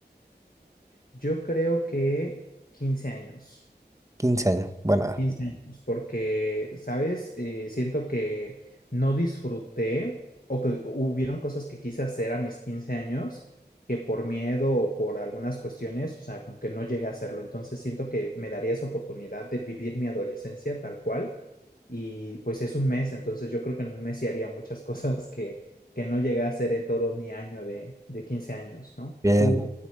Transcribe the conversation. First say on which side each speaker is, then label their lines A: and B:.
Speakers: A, on the left; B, on the right.
A: yo creo que 15 años.
B: 15 años. Bueno,
A: quince años, porque, ¿sabes? Eh, siento que no disfruté o que hubieron cosas que quise hacer a mis 15 años que por miedo o por algunas cuestiones, o sea, como que no llegué a hacerlo. Entonces siento que me daría esa oportunidad de vivir mi adolescencia tal cual y pues es un mes, entonces yo creo que en un mes sí haría muchas <laughs> cosas que, que no llegué a hacer en todo mi año de, de 15 años, ¿no?
B: bien.
A: ¿Tú,